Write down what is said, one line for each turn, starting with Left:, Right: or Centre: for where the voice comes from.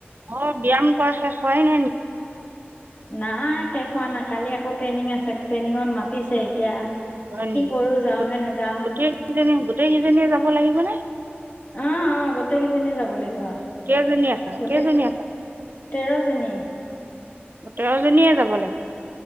Right: অ ব্যয়াম কৰা শেষ হয় নাই নেকি।
Left: নাই শেষ হোৱা নাই কালি আকৌ ট্ৰেইনিং আছে ট্ৰেইনিঙত মাতিছে এতিয়া।
Right: হয়
Left: কি
Right: নেকি
Left: কৰোঁ যাওঁ নে নাযাওঁ
Right: গোটেই কেইজনী গোটেই কেইজনীয়ে যাব লাগিব নে।
Left: অ অ গোটেই কেইজনী যাব লাগিব
Right: কেইজনী আছা
Left: গোটেই
Right: কেইজনী
Left: তেৰ জনী।
Right: গোটেই কেইজনীয়ে যাব লাগিব।